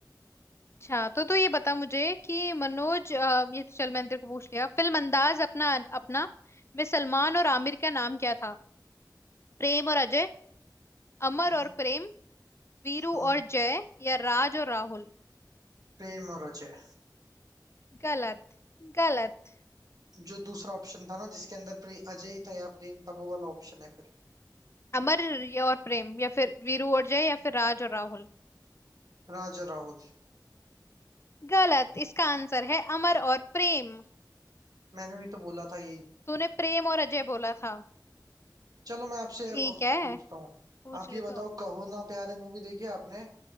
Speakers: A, on the left; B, on the right.
A: अच्छा तो तू ये बता मुझे कि मनोज अ, ये तो चल मैंने तेरे को पूछ लिया फिल्म अंदाज अपना अपना में सलमान और आमिर का नाम क्या था प्रेम और अजय अमर
B: हम्म
A: और प्रेम वीरू
B: हम्म,
A: और जय या राज और राहुल
B: प्रेम और अजय
A: गलत गलत
B: जो दूसरा ऑप्शन था ना जिसके अंदर प्रे, अजय ही था या प्रेम था वो वाला ऑप्शन है फिर
A: अमर या और प्रेम या फिर वीरू और जय या फिर राज और राहुल
B: राज और राहुल
A: गलत इसका आंसर है अमर और प्रेम
B: मैंने भी तो बोला था यही।
A: तूने प्रेम और अजय बोला था
B: चलो मैं आपसे
A: ठीक
B: अब
A: है
B: पूछता हूँ
A: पूछ
B: आप
A: ले
B: ये बताओ
A: तो
B: कहो ना प्यारे मूवी देखी आपने